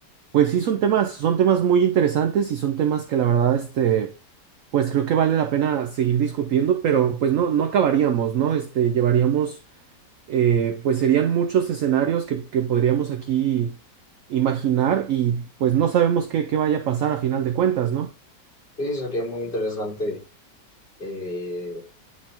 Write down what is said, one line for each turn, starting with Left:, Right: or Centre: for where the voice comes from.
Right: Pues sí, son temas, son temas muy interesantes y son temas que la verdad, este, pues creo que vale la pena seguir discutiendo, pero pues no, no acabaríamos, ¿no? Este, llevaríamos, eh, pues serían muchos escenarios que, que podríamos aquí imaginar y pues no sabemos qué, qué vaya a pasar a final de cuentas, ¿no?
Left: Sí, sería muy interesante eh,